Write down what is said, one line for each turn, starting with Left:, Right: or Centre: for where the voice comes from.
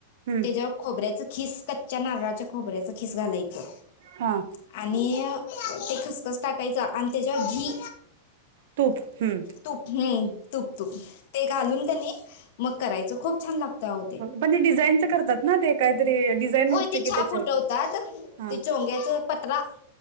Right: हम्म
Left: त्याच्यावर खोबऱ्याचं खीस... कच्च्या नारळाच्या खोबऱ्याच खीस घालायचं
Right: हा
Left: आणि... ते खसखस टाकायचं आणि त्याच्यावर घी
Right: तूप... हूं
Left: तूप... हूं... तूप तूप... ते घालून... त्यानी मग करायचं... खूप छान लागतं अवो ते
Right: पण, ते डिझाईनचं करतात ना ते? काहीतरी डिझाईन
Left: होय...
Right: उठते
Left: ते
Right: की
Left: छाप
Right: त्याच्यावर
Left: उठवतात...
Right: हा
Left: ते चोंग्याचं पटरा